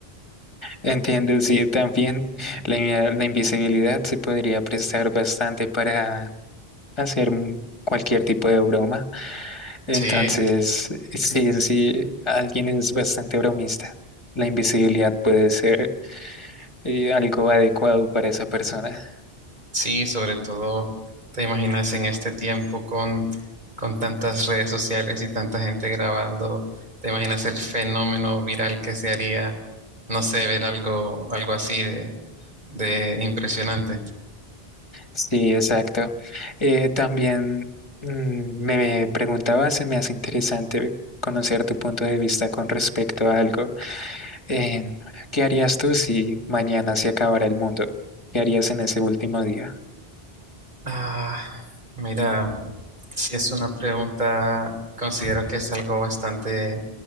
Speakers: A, on the left; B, on the right.
A: Entiendo, sí, también la, invi- la invisibilidad se podría prestar bastante para hacer m- cualquier tipo de broma. Entonces,
B: Sí,
A: sí, sí, alguien es bastante bromista. La invisibilidad puede ser y algo adecuado para esa persona.
B: sí, sobre todo, te imaginas en este tiempo con, con tantas redes sociales y tanta gente grabando, te imaginas el fenómeno viral que se haría, no sé, ver algo, algo así De impresionante.
A: Sí, exacto. Eh, también mm, me preguntaba, se me hace interesante conocer tu punto de vista con respecto a algo. Em, ¿qué harías tú si mañana se acabara el mundo? ¿Qué harías en ese último día?
B: Ah, mira, si es una pregunta, considero que es algo bastante,